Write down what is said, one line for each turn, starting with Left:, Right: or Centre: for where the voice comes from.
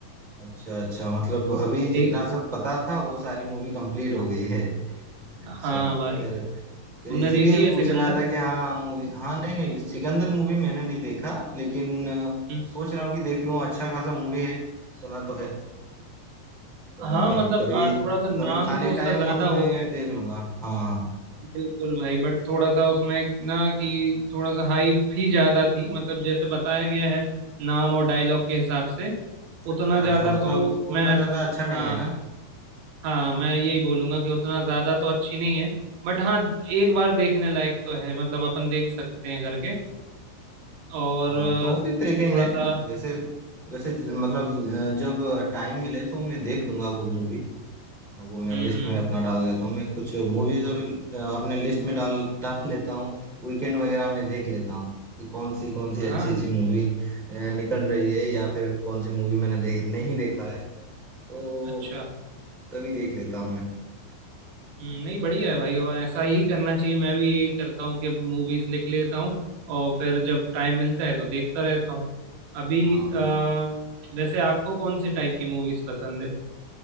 Centre: अच्छा अच्छा मतलब अभी जितना
Right: दे-
Centre: सब पता था वो सारी मूवी कंप्लीट हो गई है <laughs> अच्छा
Right: हाँ भाई
Centre: फिर
Right: तुमने
Centre: इसीलिए
Right: देखी है
Centre: पूछ
Right: सिकंदर
Centre: रहा था कि हाँ मूवी हाँ नहीं नहीं सिकंदर मूवी मैंने नहीं देखा लेकिन अ,
Right: हम्म,
Centre: सोच रहा हूँ कि देख लूँ अच्छा खासा मूवी है सुना तो है तो
Right: हाँ
Centre: मैं
Right: मतलब
Centre: कभी
Right: आ, थोड़ा सा नाम
Centre: कभी खाली
Right: तो
Centre: टाइम
Right: उसका
Centre: हो
Right: ज्यादा
Centre: तो मैं
Right: हो गया है।
Centre: देख लूंगा हाँ हाँ
Right: बिल्कुल भाई बट थोड़ा सा उसमें ना कि थोड़ा सा हाइप ही ज्यादा थी मतलब जैसे बताया गया है नाम और डायलॉग के हिसाब से
Centre: अच्छा
Right: उतना ज्यादा
Centre: अच्छा मतलब
Right: तो मैं
Centre: उतना ज्यादा अच्छा
Right: हाँ
Centre: नहीं है ना
Right: हाँ मैं यही बोलूंगा कि उतना ज्यादा तो अच्छी नहीं है बट हाँ एक बार देखने लायक तो है मतलब अपन देख सकते हैं करके और
Centre: हाँ
Right: अ,
Centre: तो फिर देखेंगे
Right: थोड़ा सा
Centre: वैसे वैसे ज- मतलब अ, जब टाइम मिले तो मैं देख लूंगा वो मूवी वो मैं
Right: हम्म
Centre: लिस्ट
Right: हम्म,
Centre: में अपना डाल देता हूँ मैं कुछ मूवीज अभी अ, अपने लिस्ट में डाल डाल लेता हूँ वीकेंड वगैरह में देख लेता हूँ कि कौन सी कौन सी
Right: हाँ
Centre: अच्छी अच्छी मूवी निकल रही है या फिर कौन सी मूवी मैंने दे, नहीं देखा है तो
Right: अच्छा
Centre: तभी देख लेता हूँ मैं
Right: हम्म, नहीं बढ़िया है भाई और ऐसा ही करना चाहिए मैं भी यही करता हूँ कि मूवीज लिख लेता हूँ और फिर जब टाइम मिलता है तो देखता रहता हूँ अभी
Centre: हाँ
Right: अ, वैसे आपको कौन से टाइप की मूवीज पसंद है